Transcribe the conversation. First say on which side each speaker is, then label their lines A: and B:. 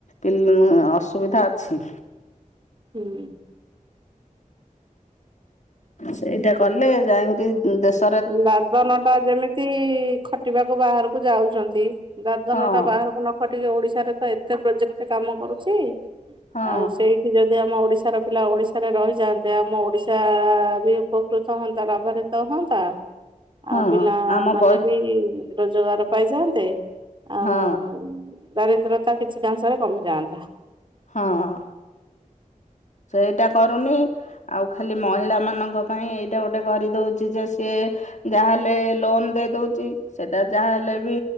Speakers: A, on the left; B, on the right.
A: <unintelligible> ଅସୁବିଧା ଅଛି।
B: ହୁଁ।
A: ସେଇଟା କଲେ ଯାଇଙ୍କି ଦେଶ୍
B: ଦାଦନ ଟା ଯେମି ତି ଖଟିବାକୁ ବାହାରକୁ ଯାଉଚନ୍ତି, ଦାଦନ
A: ହଁ
B: ଟା ବାହାରକୁ ନ ଖଟିକି ଓଡ଼ିଶାରେ ତ ଏତେ ପ୍ରୋଜେକ୍ଟ କାମ କରୁଚି,
A: ହଁ
B: ଆଉ ସେଇ ଯଦି ଆମ ଓଡ଼ିଶାର ପିଲା ଓଡ଼ିଶାରେ ରହିଯାଆନ୍ତେ, ଆମ ଓଡ଼ିଶା ବି ଉପ କୃତ ହୁଅନ୍ତା <unintelligible> ତ ହୁଅନ୍ତା
A: ହଁ
B: ଆଉ ପିଲାମାନେ
A: ଆମ ପ
B: ବି ରୋଜଗାର ପାଇଯାଆନ୍ତେ, ଆଉ
A: ହଁ
B: ଦାରିଦ୍ର୍ୟତା କିଛି କାଂଶରେ କମିଯାଆନ୍ତା।
A: ହଁ। ସେଇଟା କରୁନି ଆଉ ଖାଲି ମହିଳା ମାନଙ୍କ ପାଇଁ ଏଇଟା ଗୋଟେ କରିଦଉଚି ଯେ ସିଏ ଯାହାହେଲେ ଲୋନ୍ ଦେଇଦଉଚି ସେଟା ଯାହା ହେଲେ ବି